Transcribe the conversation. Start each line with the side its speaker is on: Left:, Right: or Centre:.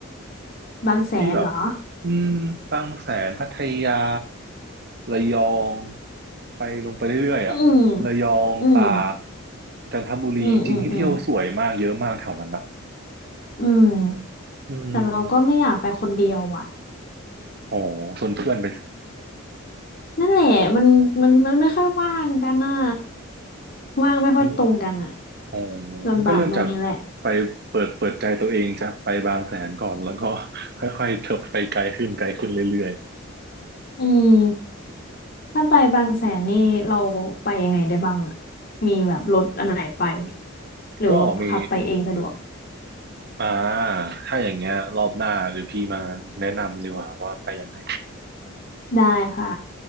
Left: บางแสนเหรอ
Right: ที่แบบอืมบางแสนพัทยาระยองไปลงไปเรื่อยๆอ่ะระยองตาก
Left: อืมอืม
Right: จันทบุรีจริงๆที่เที่ยวสวยมากเยอะมากแถวนั้นนะ
Left: อืมอืมอืมอืม
Right: อืม
Left: แต่เราก็ไม่อยากไปคนเดียวอ่ะ
Right: อ๋อชวนเพื่อนไปส
Left: นั่นแหละมันมันมันไม่ค่อยว่างกันอ่ะว่างไม่ค่อยตรงกันอ่ะ
Right: ิ อ๋อ
Left: ลำบากตรงนี้แหละ
Right: มันก็เริ่มจากไปเปิดเปิดใจตัวเองจากไปบางแสนก่อนแล้วก็ <laughs> ค่อยๆเถิบไปไกลขึ้นไกลขึ้นเรื่อย
Left: อืมถ้าไปบางแสนนี่เราไปยังไงได้บ้างอ่ะมีแบบรถอันไหนไป
Right: ๆ
Left: หรือว่าขับไปเองสะดวก
Right: ก็มีอ่าถ้าอย่างเงี้ยรอบหน้าหรือพี่มาแนะนำดีกว่าว่าไปยังไง
Left: ได้ค่ะ